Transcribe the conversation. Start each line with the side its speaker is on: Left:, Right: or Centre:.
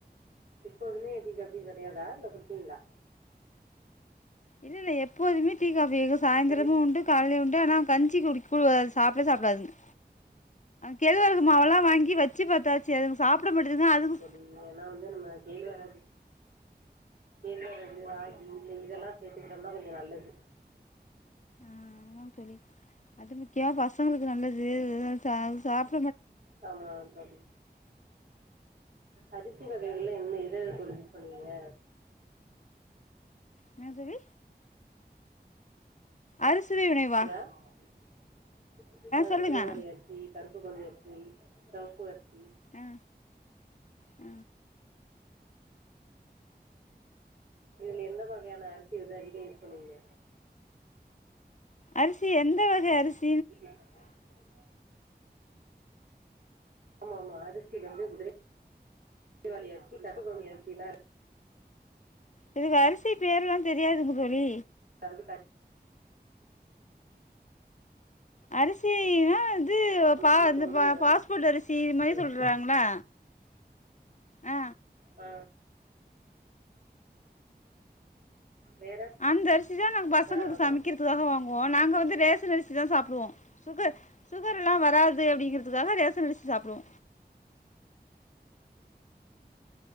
Right: எப்போதுமே டீ காபி கிடையாதா இல்ல குடிப்பீங்களா
Left: இல்ல இல்ல எப்போதுமே டீ காப்பி சாயந்திரமும்
Right: தோழி
Left: உண்டு காலைலயு உண்டு ஆனா கஞ்சி குடிக் உடாது சாப்பிடவே சாப்பிடாதுங்க கேழ் வரகு மாவெல்லா வாங்கி வச்சு பாத்தாச் சரி அதுங்க சாப்ட மாட்டேதுங்க அதுவு
Right: ம் ஏனா வந்து நம்ம கேழ்வரகு கேல்வரகு ராகி இந்த இதெல்லா சேத்துக்கிட்டோம்னா கொஞ்ச நல்லது
Left: ஆமா தோழி அது முக்கியமா பசங்களுக்கு நல்லது <unintelligible> அது சாப்
Right: ஆமா தோழி அரிசி வகைகள்ல என்ன இது தோழி சொன்னீங்க
Left: ன்ன தோழி அறுசுவை உணைவா
Right: ஆ ட்ரை பண்ணிருவோ ஆ
Left: சொல்லுங்க
Right: குதிரைவாலி அரிசி கருப்புக்கவணி அரிசி சிவப்பு அரிசி
Left: அ அ
Right: இதுல எந்த வகையான அரிசி வந்து அதிக யூஸ் பண்ணுவீங்க
Left: அரிசி எந்த வகை அரிஸ்
Right: ம் ஆமா ஆமா அரிசி வந்து குதிரைவாலி அரிசி கருப்புகவுனி அரிசில்லா இருக்
Left: இதுக்கு அரிசி பேர்லா தெரியாதுங்க தோழி
Right: அது <inaudible>
Left: அரிசினா ந்து
Right: கஞ்சி
Left: பா இந்த
Right: பொங்கல்
Left: பா
Right: ஏதாவது
Left: பாஸ்போர்ட் அரிசி இது மாரி
Right: செய்யலாம்.
Left: சொல்றாங்களா ஆ
Right: ஆ வேற
Left: அந்த அரிசிதா நா பசங்களுக்கு
Right: ஆ ஆமாம்
Left: சமைக்கறதுக்காக வாங்குவோ நாங்க வந்து ரேஷன் அரிசி தா சாப்டுவோ சுகர் சுகர் எல்லா வராது அப்படிங்கிறதுக்காக ரேசன் அரிசி சாப்பிடுவோ